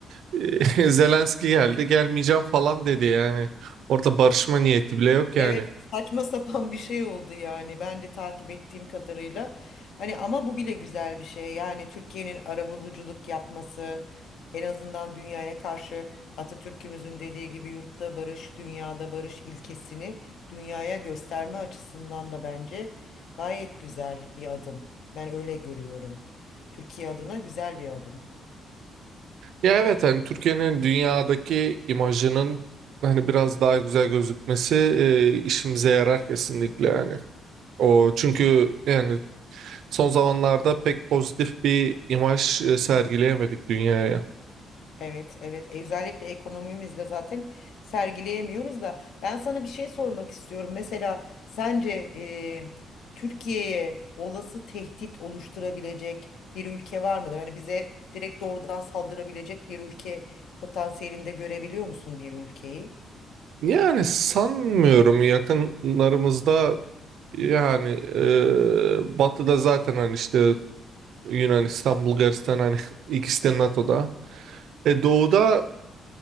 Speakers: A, on the right; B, on the left.
A: <laughs> Zelenski geldi, gelmeyeceğim falan dedi yani. Orada barışma niyeti bile yok yani.
B: Evet saçma sapan bir şey oldu yani ben de takip ettiğim kadarıyla. Hani ama bu bile güzel bir şey. Yani Türkiye'nin arabuluculuk yapması en azından dünyaya karşı Atatürk'ümüzün dediği gibi yurtta barış, dünyada barış ilkesini dünyaya gösterme açısından da bence gayet güzel bir adım. Ben öyle görüyorum. Türkiye adına güzel bir adım.
A: Ya evet hani Türkiye'nin dünyadaki imajının hani biraz daha güzel gözükmesi eee, işimize yarar kesinlikle yani. O çünkü yani son zamanlarda pek pozitif bir imaj e, sergileyemedik dünyaya.
B: Evet, evet. E, Özellikle ekonomimizle zaten sergileyemiyoruz da ben sana bir şey sormak istiyorum. Mesela sence e, Türkiye'ye olası tehdit oluşturabilecek bir ülke var mıdır? Hani bize direkt doğrudan saldırabilecek bir ülke potansiyelinde görebiliyor musun bir ülkeyi?
A: Yani sanmıyorum yakınlarımızda Yani eee, batıda zaten hani işte Yunanistan, Bulgaristan hani <laughs> ikisi de NATO'da. E, doğuda